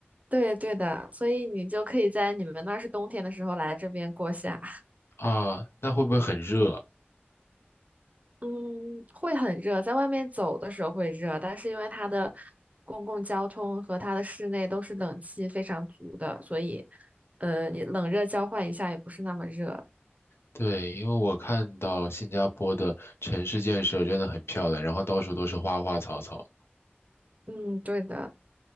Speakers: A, on the right; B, on the left.
A: 对对的，所以你就可以在你们那儿是冬天的时候来这边过夏。
B: 啊，那会不会很热？
A: 嗯，会很热，在外面走的时候会热，但是因为它的公共交通和它的室内都是冷气非常足的，所以呃，你冷热交换一下也不是那么热。
B: 对，因为我看到新加坡的城市建设真的很漂亮，然后到处都是花花草草。
A: 嗯，对的。